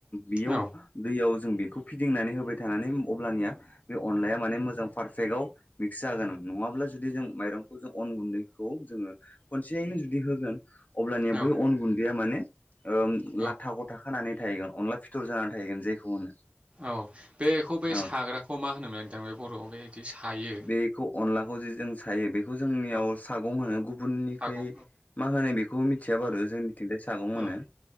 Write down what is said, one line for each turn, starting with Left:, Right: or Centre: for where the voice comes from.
Left: बेयाव
Right: औ
Left: दैयाव जों बेखौ फिदिंनानै होबाय थानानै अब्लानिया बे अनलाया माने मोजां पारफेक्टआव मिक्स जागोन। नङाब्ला जुदि जों माइरंखौ जों अन गुन्दैखौ जोङो खनसेयैनो जुदि होगोन अब्लानिया
Right: औ
Left: बै अन गुन दैया माने ओम ला
Right: औ
Left: गथा खानानै थाहैगोन अनला फिथर जानानै थाहैगोन जायखौ होनो।
Right: औ बेखौ बे
Left: औ
Right: साग्राखौ मा होनोमोन नोंथां बे बर'आव बेबायदि सायो।
Left: बेखौ अनलाखौ जे जों सायो बे जोंनियाव
Right: औ
Left: सागं होनो गुबुननिखै
Right: सागं
Left: मा होनाय बेखौ मिथिया बारु जोंथिंजाय सा सागं होनो
Right: औ